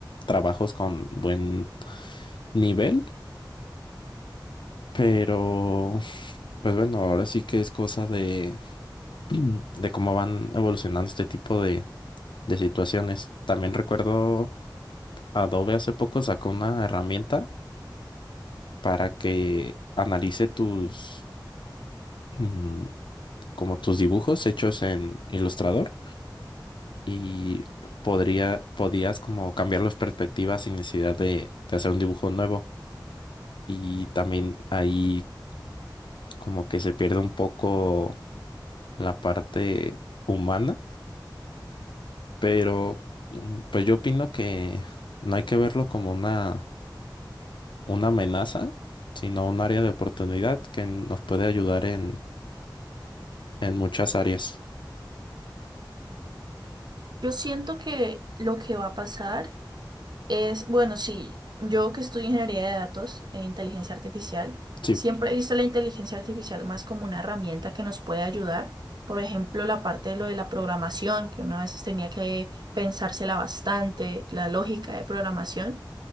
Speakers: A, on the left (about 75°); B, on the right (about 60°).
A: trabajos con buen nivel, pero pues bueno, ahora sí que es cosa de, <clears throat> de cómo van evolucionando este tipo de, de situaciones. También recuerdo Adobe hace poco sacó una herramienta para que analice tus, mm, como tus dibujos hechos en Illustrator y podría, podías como cambiar las perspectivas sin necesidad de, de hacer un dibujo nuevo. y también ahí como que se pierde un poco la parte humana, pero mm, pues yo opino que no hay que verlo como una, una amenaza, sino un área de oportunidad que nos puede ayudar en, en muchas áreas.
B: Yo siento que lo que va a pasar es, bueno, sí, yo que estudio ingeniería de datos e inteligencia artificial,
A: Sí,
B: siempre he visto la inteligencia artificial más como una herramienta que nos puede ayudar. Por ejemplo, la parte de lo de la programación, que una vez tenía que pensársela bastante, la lógica de programación.